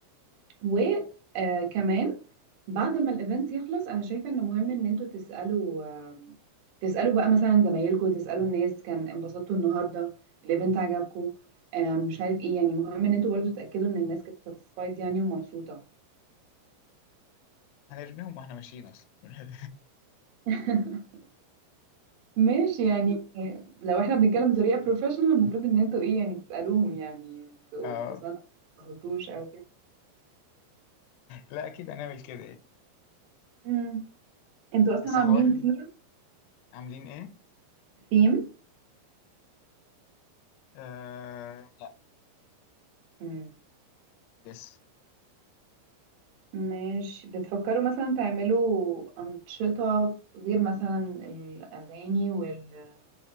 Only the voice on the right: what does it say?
وكمان بعد ما الايفنت يخلص انا شايفة انه مهم ان انتوا تسألوا آم، تسألوا بقى مثلا زمايلكم تسألوا الناس كان انبسطتوا النهاردة الايفنت عجبكم آم، مش عارف ايه يعني مهم ان انتوا برضو تتأكدوا ان الناس كانت ساتسفايد يعني ومبسوطة
<laughs> ماشي يعني لو احنا بنتكلم بطريقة بروفيشنال المفروض ان انتوا ايه يعني تسألوهم يعني انتوا
انبسطتوا انبسطتوش او كده
امم انتوا اصلا
عاملين
ثيم
ثيم
امم
ماشي بتفكروا مثلا تعملوا أنشطة غير مثلا الأغاني وال...